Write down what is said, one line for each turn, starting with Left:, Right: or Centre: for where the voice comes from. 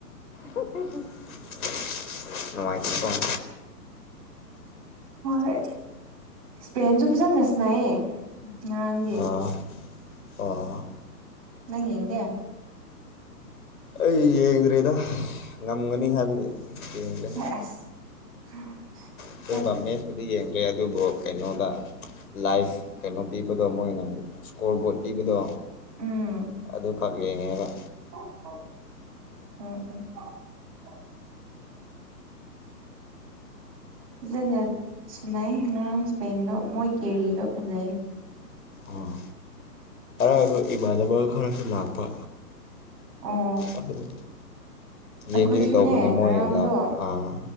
Left: <unintelligible> ꯅꯨꯡꯉꯥꯏꯇꯦ ꯀꫭ
Right: ꯍꯣꯏ ꯏꯁ꯭ꯄꯦꯟꯁꯨ ꯐꯖꯟꯅ ꯁꯥꯟꯅꯌꯦ ꯉꯔꯥꯡꯗꯤ
Left: ꯑꯥ ꯑꯣ
Right: ꯅꯪ ꯌꯦꯡꯗꯦ
Left: ꯑꯩ ꯌꯦꯡ <unintelligible> ꯗ꯭ꯔꯦꯗ ꯉꯝꯒꯅꯤ ꯍꯥꯏꯕꯒꯤ ꯌꯦꯡꯗ꯭ꯔꯦ
Right: ꯁꯦꯁ
Left: <unintelligible> ꯃꯦꯁꯄꯨꯗꯤ ꯌꯦꯡꯗ꯭ꯔꯦ ꯑꯗꯨꯕꯨ ꯀꯩꯅꯣꯗ ꯂꯥꯏꯐ ꯀꯩꯅꯣ ꯄꯤꯕꯗꯣ ꯃꯣꯏꯅ ꯏꯁꯀꯣꯔꯕꯣꯔꯠ ꯄꯤꯕꯗꯣ
Right: ꯎꯝ
Left: ꯑꯗꯨꯈꯛ ꯌꯦꯡꯉꯦꯕ
Right: <unintelligible> ꯎꯝ ꯎꯝ <unintelligible> ꯐꯖꯅ ꯁꯥꯟꯅꯩꯌꯦ ꯉꯔꯥꯡ ꯏꯁ꯭ꯄꯦꯟꯗꯣ ꯃꯣꯏ ꯀꯦꯔꯤꯗꯣ ꯐꯖꯩ
Left: ꯑꯥ ꯑꯗꯣ ꯏꯃꯥꯟꯅꯕ ꯈꯔꯁꯨ ꯂꯥꯛꯄ
Right: ꯑꯣ
Left: ꯑꯗꯨꯒ ꯌꯦꯡꯒꯦꯗꯤ
Right: ꯑꯩꯈꯣꯏꯁꯨꯅꯦ
Left: ꯇꯧꯕꯅꯦ ꯃꯣꯏꯂꯥꯛ
Right: ꯉꯔꯥꯡꯗꯣ
Left: ꯑꯥ